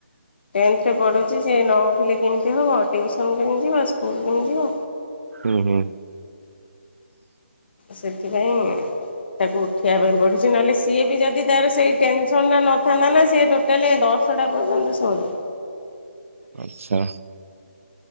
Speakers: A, on the left; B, on the right.
A: ଟେନ୍ଥରେ ପଢ଼ୁଛି ସେ ନଉଠିଲେ କେମିତି ହବ ଟ୍ୟୁସନ୍ କେମିତି ଯିବ ସ୍କୁଲ କେମିତି ଯିବ।
B: ହୁଁ ହୁଁ।
A: ସେଥିପାଇଁ ତାକୁ ଉଠେଇବା ପାଇଁ ପଡୁଛି ନହେଲେ ସିଏ ବି ଯଦି ତାର ସେଇ ଟେନସନ ଟା ନଥାନ୍ତା ନା ସେ ଟୋଟାଲି ଦ ଦଶଟା ପର୍ଯ୍ୟନ୍ତ ସୋଲ।
B: ଆଚ୍ଛା।